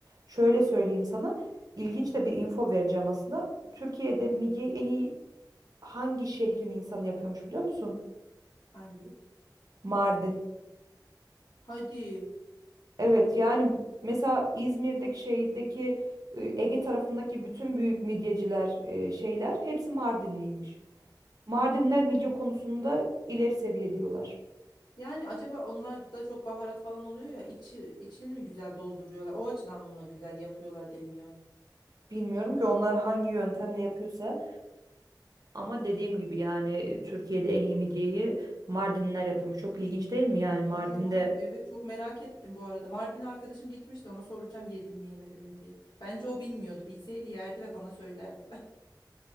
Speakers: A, on the right; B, on the left.
A: Şöyle söyleyeyim sana. ilginç de bir info vereceğim aslında. Türkiye'de midyeyi en iyi hangi şehrin insanı yapıyormuş biliyor musun?
B: Hangi?
A: Mardin.
B: Hadi.
A: Evet yani mesela İzmir'deki şeydeki e, Ege tarafındaki bütün büyük midyeciler e, şeyler hepsi Mardinliymiş. Mardinler midye konusunda ileri seviye diyorlar.
B: Yani acaba onlar da çok baharat falan oluyor ya içi içini mi güzel dolduruyorlar? O açıdan mı güzel yapıyorlar deniyor?
A: Bilmiyorum ki onlar hangi yöntemle yapıyorsa ama dediğim gibi yani Türkiye'de en iyi midyeyi Mardinler yapıyormuş. Çok ilginç değil mi yani Mardin'de
B: Hadi ya evet çok merak ettim bu arada. Mardin arkadaşım gitmişti ona soracağım yedin mi yemedin mi diye. Bence o bilmiyordu. Bilseydi yerdi ve bana söylerdi.